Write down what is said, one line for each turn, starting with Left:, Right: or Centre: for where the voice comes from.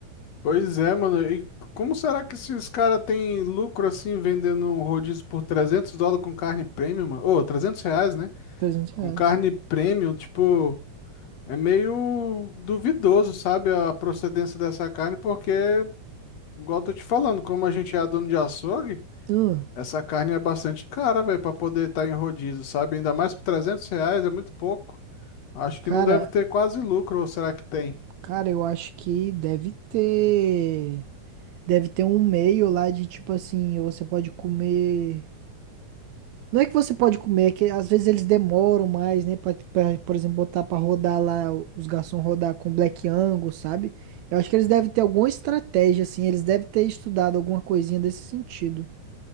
Left: Pois é, mano. E como será que esses caras têm lucro assim vendendo um rodízio por 300 dólares com carne premium, mano? Ô, 300 reais, né?
Right: trezentos reais.
Left: Com carne premium, tipo, é meio duvidoso, sabe, a procedência dessa carne, porque, igual eu tô te falando, como a gente é dono de açougue,
Right: Hum,
Left: essa carne é bastante cara, velho, pra poder estar em rodízio, sabe? Ainda mais por trezentos reais, é muito pouco. Acho que
Right: cara,
Left: não deve ter quase lucro, ou será que tem?
Right: cara, eu acho que deve ter. Deve ter um meio lá de tipo assim, você pode comer. Não é que você pode comer, é que às vezes eles demoram mais, né? Pra, pra, por exemplo, botar pra rodar lá, os garçons rodar com Black Angus, sabe? Eu acho que eles devem ter alguma estratégia, assim, eles devem ter estudado alguma coisinha desse sentido.